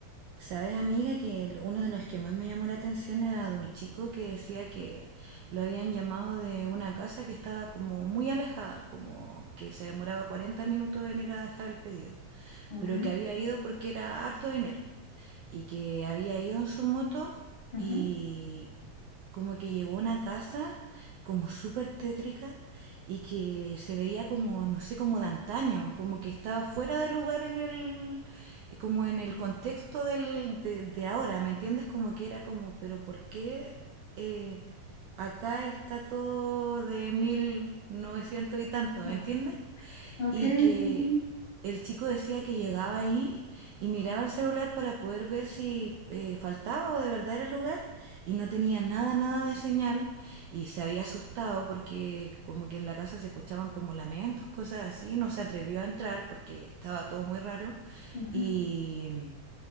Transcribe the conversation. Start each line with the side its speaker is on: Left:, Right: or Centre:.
Right: Sabes, amiga, que el- uno de los que más me llamó la atención era de un chico que decía que lo habían llamado de una casa que estaba como muy alejada, como que se demoraba 40 minutos en ir a dejar el pedido,
Left: Ok.
Right: pero que había ido porque era harto de enero y que había ido en su moto
Left: Ajá.
Right: y como que llegó a una casa como súper tétrica y que se veía como, no sé, como de antaño, como que estaba fuera de lugar en el, como en el contexto del, de, de ahora, ¿me entiendes? Como que era como, pero ¿por qué eh, acá está todo de 1900 y tanto, ¿me
Left: Ajá.
Right: entiendes?
Left: Ok,
Right: y que
Left: sí, sí.
Right: el chico decía que llegaba ahí y miraba el celular para poder ver si eh, faltaba o de verdad era el lugar y no tenía nada, nada de señal y se había asustado porque como que en la casa se escuchaban como lamentos, cosas así, no se atrevió a entrar porque estaba todo muy raro
Left: Ajá.
Right: y